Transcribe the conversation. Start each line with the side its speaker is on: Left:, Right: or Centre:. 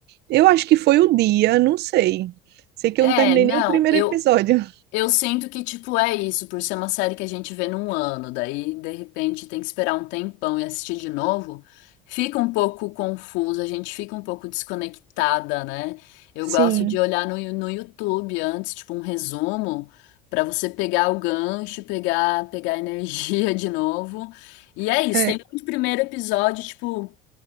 Right: Eu acho que foi o dia, não sei. Sei que
Left: É,
Right: eu não terminei
Left: não,
Right: nem o primeiro
Left: eu,
Right: episódio.
Left: eu sinto que, tipo, é isso, por ser uma série que a gente vê num ano, daí, de repente, tem que esperar um tempão e assistir de novo, fica um pouco confuso, a gente fica um pouco desconectada, né? Eu
Right: <laughs> Sim,
Left: gosto de olhar no, Yu- no YouTube antes, tipo, um resumo, pra você pegar o gancho, pegar, pegar a energia <laughs> de novo. E é isso,
Right: é,
Left: tem muito primeiro episódio, tipo.